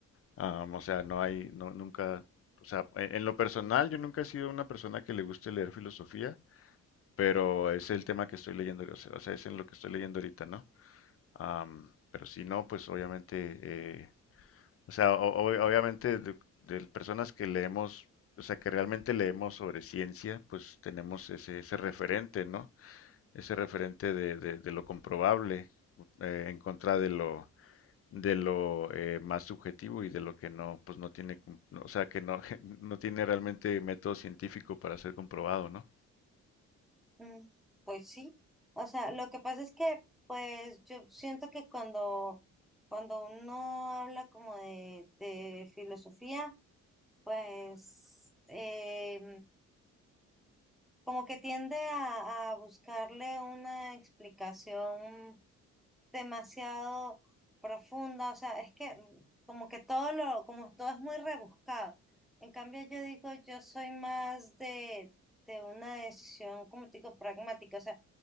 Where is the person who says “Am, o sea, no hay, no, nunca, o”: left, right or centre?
Left